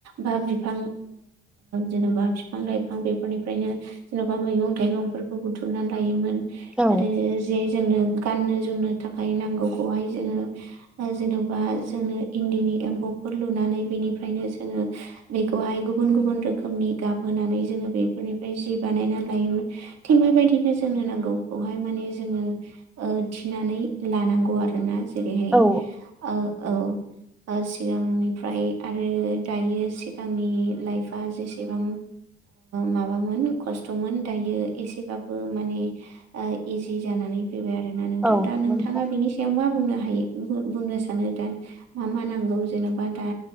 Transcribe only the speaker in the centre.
औ
औ
औ
नंगौ
नोंथां